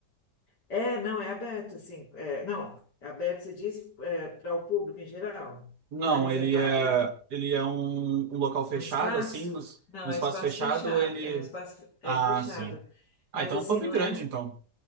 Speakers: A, on the left (about 85°); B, on the right (about 75°).
A: é, não, é aberto, assim, é, não, é aberto, você diz, é, para o público em geral,
B: Não,
A: não é reservado,
B: ele é,
A: é isso?
B: ele é um, um local fechado,
A: Um espaço?
B: assim, nos-
A: Não,
B: um espaço
A: é um espaço
B: fechado,
A: fechado,
B: ele.
A: é um espaço é,
B: Ah,
A: fechado.
B: sim. Ah,
A: Mas
B: então
A: assim,
B: é um pub
A: não
B: grande,
A: é?
B: então.